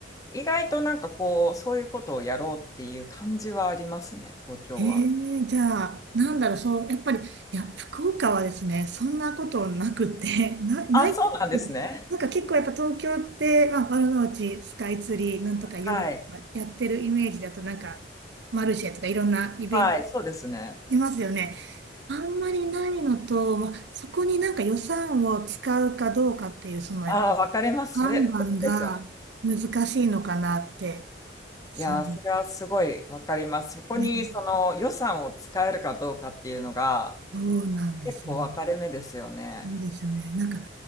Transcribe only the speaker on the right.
ええじゃあ、なんだろう、そう、やっぱり、いや、福岡はですね、そんなことなくて、<laughs> な、ない、
なんか結構やっぱ東京って、まあ、丸の内、スカイツリー、なんとかヨガとかやってるイメージだと、
なんか、マルシェとかいろんなイベント
出ますよね。あんまりないのと、まあ、そこになんか予算を使うかどうかっていう、その、
やっぱ
判断が難しいのかなって、
そう
ね、どうなんですよね。
そうですよね。なんか、